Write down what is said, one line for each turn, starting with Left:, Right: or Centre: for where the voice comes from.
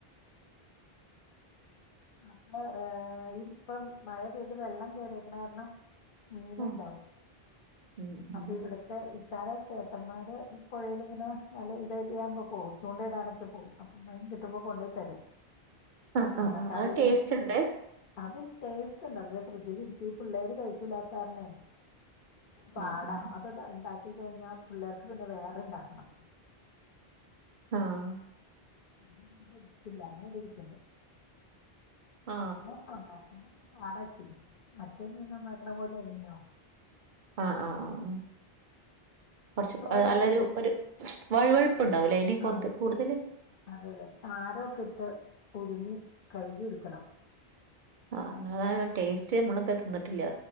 Left: അപ്പ ഏർ ഇ ഇപ്പൊ മഴ പെയ്ത് വെള്ളം കേറിക്കണ കാരണം മീൻ
Right: ആ,
Left: ഇണ്ടാവും.
Right: ഉം,
Left: അപ്പൊ
Right: ഉം.
Left: ഇവിടുത്തെ കര <unintelligible> ചേട്ടന്മാര് പുഴയിലിങ്ങനെ വല ഇത ഇത്കുമ്പോ പോവും ചൂണ്ടയിടാനൊക്കെ പോകും അപ്പ കിട്ടുമ്പോ കൊണ്ടെ തരും.
Right: ആഹ് ആഹ്
Left: എന്നിട്ട് അത്
Right: അഹ്
Left: ദേ
Right: ടേസ്റ്റ് ണ്ട്
Left: അത് ടേസ്റ്റ് ണ്ട് അ ഫ്രിഡ്ജിൽ ഇരിക്കി പിള്ളേര് കഴിക്കൂലാത്താരണെ പാടാ
Right: ഉം, ഉം.
Left: അത് താ ണ്ടാ ക്കി കഴിഞ്ഞാൽ പിള്ളേർക്ക് പിന്നെ വേറെ ഇണ്ടാക്കണം
Right: ആഹ്
Left: അ അത എടുത്തില്ല അത് അടെരിക്കണ്ട
Right: ആ,
Left: പിന്ന ഉണ്ടാക്കാന പാടാച്ചി മറ്റേ മീൻ നന്നാക്ണ പോലെല്ല ല്ലോ.
Right: ആഹ് ആഹ് ആഹ് കുറച്ച്
Left: നമുക്ക്
Right: നല്ലൊരു
Left: പെട്ടെന്ന്
Right: ഒരു വഴു വഴുപ്പുണ്ടാവൂലേ അയിന്റെ
Left: ആ
Right: കൂടുതല്.
Left: അതെ അതെ ചാരൊക്കെ ഇട്ട് ഒരുങ്ങി കഴുകിടുക്കണം
Right: ആഹ് അങ്ങനെതായ ടേസ്റ്റ് നമ്മളത ത്തിന്നിട്ടില്ല